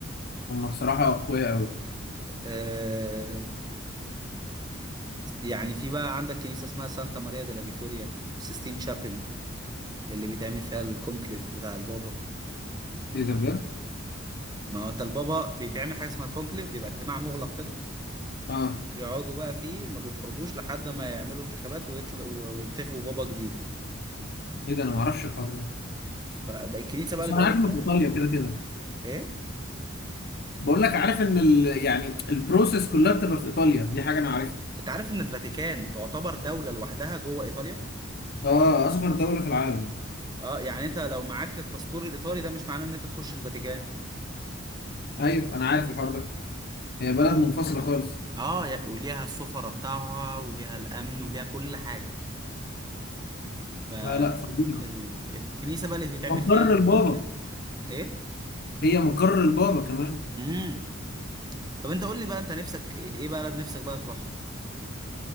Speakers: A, on the left; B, on the right.
A: هم بصراحة أقوياء أوي
B: آه يعني في بقى عندك كنيسة اسمها سانتا ماريا دella فيتوريا سيستين شابل اللي بيتعمل فيها الكونكليف بتاع البابا
A: إيه ده بجد؟
B: ما هو انت البابا بيتعمل حاجة اسمها كونكليف بيبقى اجتماع مغلق كده
A: آه
B: بيقعدوا بقى فيه ما بيخرجوش لحد ما يعملوا انتخابات ويطل... و- وينتخبوا بابا جديد
A: إيه ده أنا معرفش الحوار ده
B: فبقى الكنيسة بقى
A: بس
B: اللي بيقعدوا
A: أنا عارف
B: فيها
A: إنه في إيطاليا كده كده
B: ايه
A: بقول لك عارف إن ال... يعني البروسيس كلها بتبقى في إيطاليا دي حاجة أنا عارفها
B: انت عارف ان الفاتيكان تعتبر دولة لوحدها جوه ايطاليا
A: آه أصغر دولة في العالم
B: اه يعني انت لو معاك الباسبور الايطالي ده مش معناه ان انت تخش الفاتيكان
A: أيوه أنا عارف الحوار ده هي بلد منفصلة خالص
B: اه يا- وليها السفرة بتاعها وليها الامن وليها كل حاجة فالكنيسة
A: لا لا فظيعة
B: بقى اللي بيتعمل
A: مقر
B: فيها الكونكليف
A: البابا
B: ايه
A: هي مقر البابا كمان
B: امم طب انت قول لي بقى انت نفسك ايه إيه بلد نفسك بقى تروح